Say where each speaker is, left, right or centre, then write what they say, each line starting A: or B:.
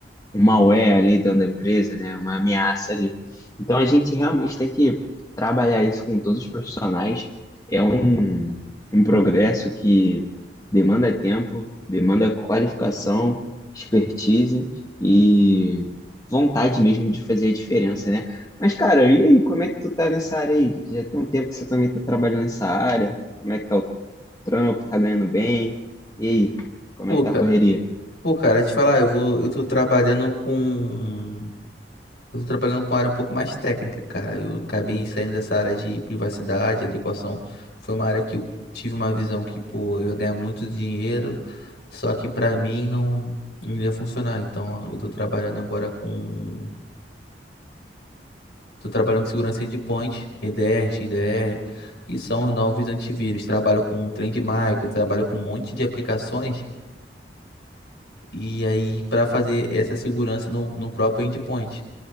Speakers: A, on the left; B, on the left.
A: um malware ali dentro da empresa, né? Uma ameaça ali. Então a gente realmente tem que trabalhar isso com todos os profissionais. É um, um progresso que demanda tempo, demanda qualificação, expertise e vontade mesmo de fazer a diferença, né? Mas, cara, e aí, como é que tu tá nessa área aí? Já tem um tempo que você também tá trabalhando nessa área. Como é que tá o trampo? Tá ganhando bem? E aí, como
B: Pô,
A: é que tá
B: cara,
A: a correria?
B: pô, cara, te falar, eu vou, eu tô trabalhando com Eu tô trabalhando com uma área um pouco mais técnica, cara. Eu acabei saindo dessa área de privacidade, adequação. Foi uma área que eu tive uma visão que, pô, eu ia ganhar muito dinheiro, só que pra mim não, não iria funcionar. Então, eu tô trabalhando agora com... Tô trabalhando com segurança endpoint, EDR, XDR, que são os novos antivírus. Trabalho com Trend Micro, trabalho com um monte de aplicações. E aí, para fazer essa segurança no, no próprio endpoint.